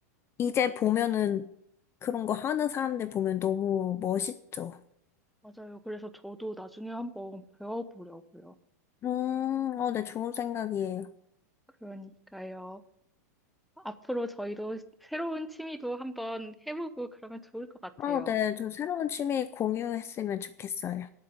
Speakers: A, on the left; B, in the centre.
A: 이제 보면은 그런 거 하는 사람들 보면 너무 멋있죠.
B: 맞아요. 그래서 저도 나중에 한번 배워보려고요.
A: 음, 어, 네, 좋은 생각이에요.
B: 그러니까요. 앞으로 저희도 새로운 취미도 한번 해보고 그러면 좋을 것 같아요.
A: 어, 네, 저 새로운 취미 공유했으면 좋겠어요.